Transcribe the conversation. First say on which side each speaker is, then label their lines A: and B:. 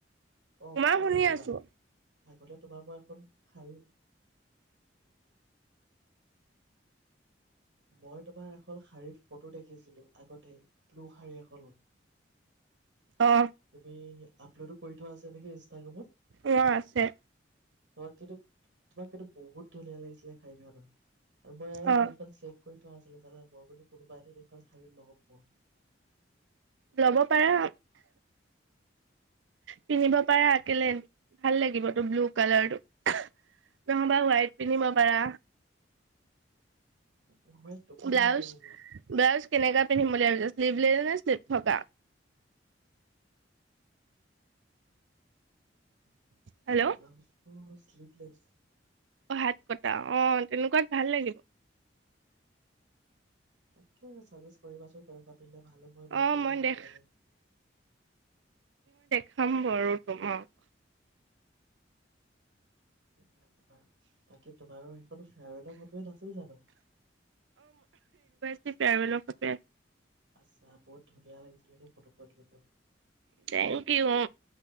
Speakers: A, on the right; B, on the right.
A: অহ
B: মই
A: তেনে
B: শুনি
A: শুনা।
B: আছো
A: আগতে তোমাৰ মই এখন শাৰী মই তোমাৰ এখন শাৰীত ফটো দেখিছিলো আগতে ব্লু শাৰী এখনত।
B: অ
A: তুমি আপলোডো কৰি থোৱা আছা নেকি ইনষ্টাগ্ৰামত।
B: মোৰ আছে
A: ত কিটোব তোমাক কিন্তু বহুত ধুনীয়া লাগিছিলে শাৰী খানাত আৰু মই আৰু
B: অ
A: সে কৰি থোৱা আছিলে জানা মই বোলো কোনোবা এটে <unintelligible> কাৰণ শাৰীৰ লগত <unintelligible>
B: ল'ব পাৰা পিন্ধিব পাৰে আকলে ভাল লাগিব তো ব্লু কালাৰটো নহবা হোৱাইট। পিন্ধিব
A: তাকে
B: পাৰা।
A: তাকে হোৱাইটটো ভাল
B: ব্লাউছ
A: নালাগিব মোৰ
B: ব্লাউছ কেনেকা পিন্ধিম বুলি ভাবিছ শ্নিভলি নে শ্লিভ থকা হেল্ল'
A: <unintelligible> অ স্লিপলেছ
B: অ হাত কটা অ তেনেকুৱাত ভাল লাগিব
A: তাকে চাজেষ্ট কৰিবাচোন কেন পিন্ধিলে ভাল মই ইমান
B: অ
A: মানে
B: মই
A: আই
B: দেখ
A: দিয়া নাই
B: খাম বাৰু তোমাক
A: উম বাৰু বাকী তোমাৰো সেইখনো ফেয়াৰেল ফটোৱে নাছিল জানো
B: টি ফেয়াৰৱেল ফটোৱে
A: আচ্ছা বহুত ধুনীয়া লাগিছিলে দেই ফটো খন কিন্তু
B: থেংক ইউ